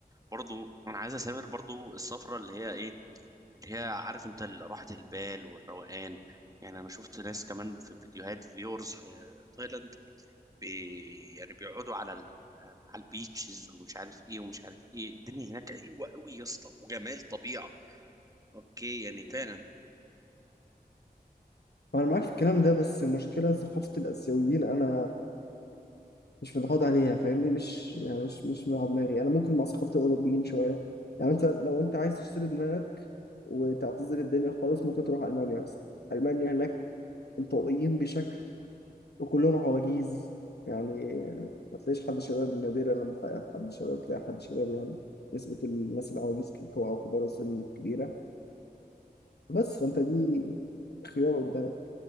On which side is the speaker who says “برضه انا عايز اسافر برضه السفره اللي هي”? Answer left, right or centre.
Right